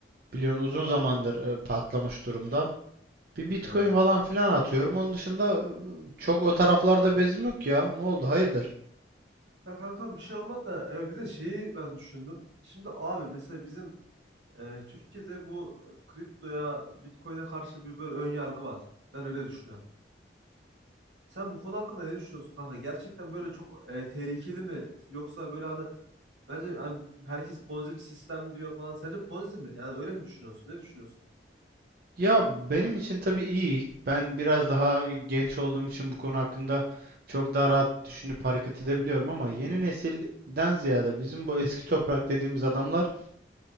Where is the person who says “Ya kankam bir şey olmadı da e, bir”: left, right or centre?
Right